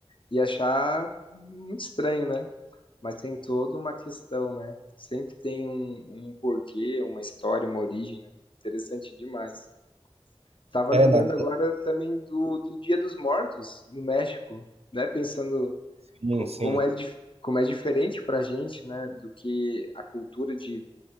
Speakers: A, on the left; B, on the right.
A: ia achar muito estranho, né? Mas tem toda uma questão, né? Sempre tem um, um porquê, uma história, uma origem, né? Interessante demais. Tava
B: É,
A: lembrando
B: na
A: agora também do, do Dia dos Mortos, no México, né? Pensando.
B: sim,
A: co-
B: sim.
A: como é, dif- como é diferente para a gente, né, do que a cultura de,